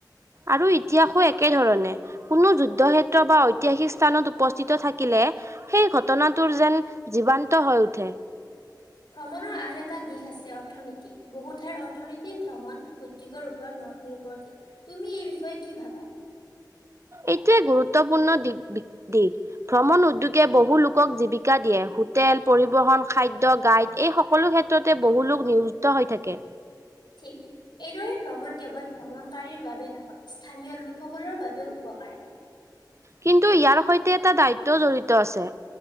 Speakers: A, on the right; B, on the left.
A: আৰু ইতিহাসো একে ধৰণে। কোনো যুদ্ধ ক্ষেত্ৰ বা ঐতিহাসিক স্থানত উপস্থিত থাকিলে সেই ঘটনাটোৰ যেন জীৱান্ত হৈ উঠে।
B: ভ্ৰমণৰ আন এটা দিশ আছে অৰ্থনীতি, বহু ঠাইৰ অৰ্থনৈতি ভ্ৰমণ উদ্যোগৰ ওপৰত ন নিৰ্ভৰশীল তুমি এই বিষয়ে কি ভাবা?
A: এইটোৱে গুৰুত্বপূৰ্ণ দি বি দিশ। ভ্ৰমণ উদ্যোগে বহু লোকক জীৱিকা দিয়ে হোটেল পৰিবহন খাদ্য গাইড এই সকলো ক্ষেত ততে বহু লোক নিয়োজিত হৈ থাকে।
B: ঠিক। এইদৰে ভ্ৰমণ কেৱল ভ্ৰমণকাৰীৰ বাবে নহয় স্থানীয় লোকসকলৰ বাবেও উপকাৰী।
A: কিন্তু ইয়াৰ সৈতে এটা দায়িত্বও জড়িত আছে।